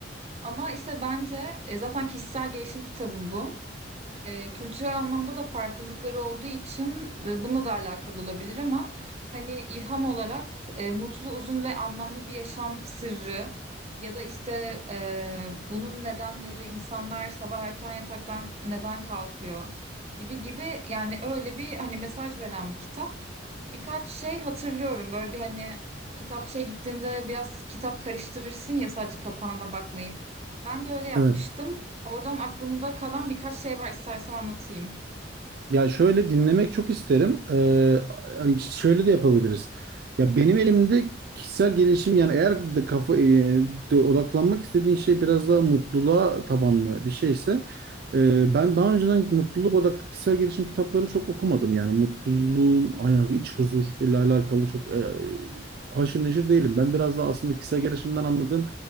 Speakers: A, on the right; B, on the right.
A: Ama işte bence e, zaten kişisel gelişim kitabı bu. E, kültürel anlamda da farklılıkları olduğu için e, bununla da alakalı olabilir ama hani ilham olarak e, mutlu, uzun ve anlamlı bir yaşam sırrı ya da işte e, bunun nedenleri insanlar sabah erken yataktan neden kalkıyor gibi gibi yani öyle bir hani mesaj veren bir kitap. Birkaç şey hatırlıyorum böyle bir hani kitapçıya gittiğinde biraz kitap karıştırırsın ya sadece kapağına bakmayıp. Ben de öyle yapmıştım.
B: Evet.
A: Oradan aklımda kalan birkaç şey var istersen anlatayım.
B: Ya şöyle dinlemek çok isterim. Ee, şöyle de yapabiliriz. Ya benim elimde kişisel gelişim yani eğer de kafa e, de odaklanmak istediğin şey biraz daha mutluluğa tabanlı bir şeyse e, ben daha önceden mutluluk odaklı kişisel gelişim kitapları çok okumadım. Yani mutluluğun ayağı iç huzur ile alakalı çok e, haşır neşir değilim. Ben biraz daha aslında kişisel gelişimden anladığım